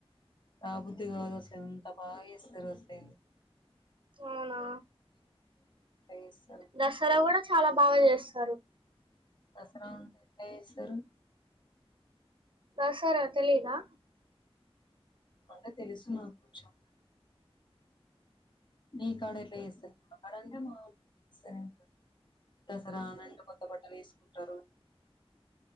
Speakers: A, on the left (about 50°); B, on the right (about 55°).
A: రా బుద్ధి కావదు అసలు ఎంత పయిస్ర్ హుసైన్
B: అవునా
A: అట్లా చేస్తారు
B: దసరా కూడా చాలా బాగా చేస్తారు
A: దసరా ఉంట ఎత్తలచేస్తారు
B: దసార తెలిదా
A: అంట తెలుసు నాకు కోంచం నీ కాడ ఇట్లా వేస్తను మా కాడ అంటే మాస్తనే ఉంటారు దసరా అంటే కొత్త బట్టలు వేసుకుంటారు